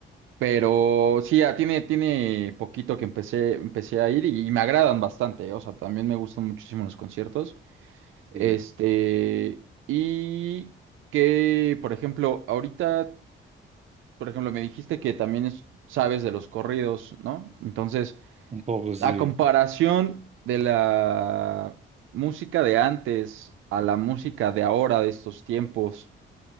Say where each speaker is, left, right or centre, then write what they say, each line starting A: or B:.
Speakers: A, on the right; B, on the right.
A: Pero sí, ya tiene, tiene poquito que empecé, empecé a ir y, y me agradan bastante, ¿eh? o sea, también me gustan muchísimo los conciertos. Este,
B: Sí,
A: y que, por ejemplo, ahorita, por ejemplo, me dijiste que también es- sabes de los corridos, ¿no? Entonces...
B: un poco sí.
A: A comparación de la música de antes a la música de ahora, de estos tiempos,